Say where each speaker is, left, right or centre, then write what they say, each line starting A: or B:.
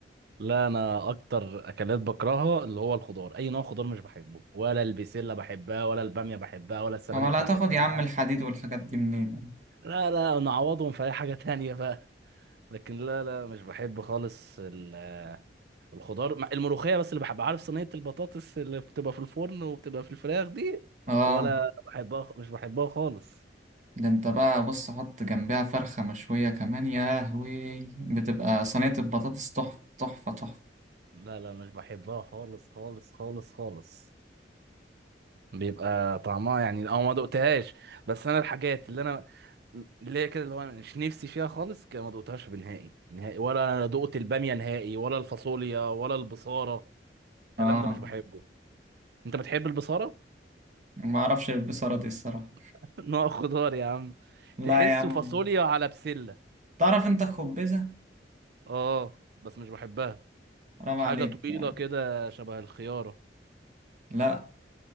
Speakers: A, on the right; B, on the right.
A: لا انا اكتر اكلات بكرهها اللي هو الخضار اي نوع خضار مش بحبه ولا البسله بحبها ولا الباميه بحبها ولا السبانخ
B: اما لا
A: بحبها
B: تاخد يا عم الحديد والحاجات دي منين
A: لا لا نعوضهم في اي حاجه تانية بقى لكن لا لا مش بحب خالص ال- آه، الخضار مع- الملوخيه بس اللي بحبها عارف صينيه البطاطس اللي بتبقى في الفرن وبتبقى في الفراخ دي
B: اه
A: ولا بحبها خ- مش بحبها خالص
B: ده انت بقى بص حط جنبها فرخة مشوية كمان يا لهوي بتبقى صينية البطاطس تحفة تحفة تحفة
A: لا لا مش بحبها خالص خالص خالص خالص بيبقى طعمها يعني اه ما دقتهاش بس انا الحاجات اللي انا اللي هي كده اللي هو أنا مش نفسي فيها خالص كده ما دقتهاش بنهائي نهائي ولا انا دقت الباميه نهائي ولا الفاصوليا ولا البصاره الكلام
B: اه
A: ده مش بحبه انت بتحب البصاره
B: ما اعرفش البصرة دي الصراحة
A: <laughs> نوع خضار يا عم
B: لا
A: تحسه
B: يا عم
A: فاصوليا على بسله
B: تعرف انت خبزة
A: اه بس مش بحبها
B: حرام
A: حاجه
B: عليك
A: طويله
B: يعني
A: كده شبه الخياره
B: لا